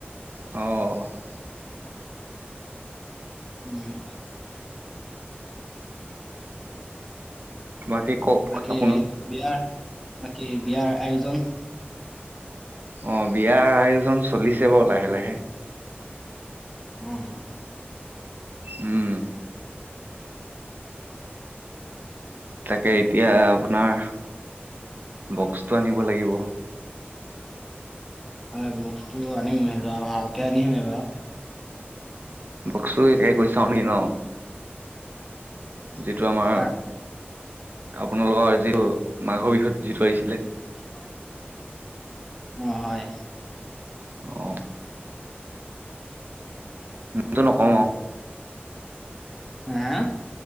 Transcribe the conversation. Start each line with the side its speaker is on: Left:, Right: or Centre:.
Right: অ
Centre: উম।
Right: বাকী কওক।
Centre: বাকী
Right: আপোনাৰ
Centre: বিয়াৰ বাকী বিয়াৰ আয়োজন।
Right: অ বিয়াৰ আয়োজন চলিছে বাৰু লাহে লাহে।
Centre: উম উম।
Right: উম। তাকে এতিয়া আপোনাৰ বক্সটো আনিব লাগিব।
Centre: হয় বক্সটো আনিম এইবাৰ ভালকে আনিম এইবাৰ।
Right: বক্স‌টো এতিয়া কৈ চাও নেকি ন যিটো আমাৰ
Centre: কাক
Right: আপোনালোকৰ এইটো মাঘৰ বিহুত যিটো আহিছিলে।
Centre: কি হয় অ হয়।
Right: অ। নামটো নকওঁ।
Centre: হা